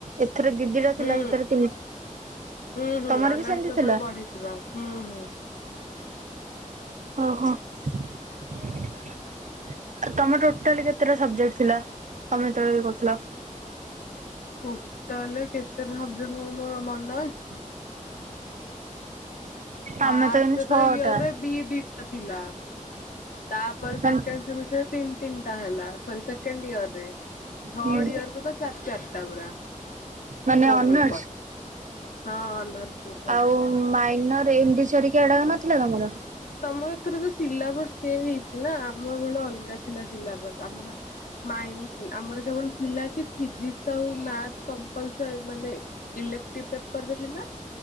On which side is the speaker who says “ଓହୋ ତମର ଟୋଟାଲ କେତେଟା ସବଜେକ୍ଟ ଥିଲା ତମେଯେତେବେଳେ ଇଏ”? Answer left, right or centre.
Right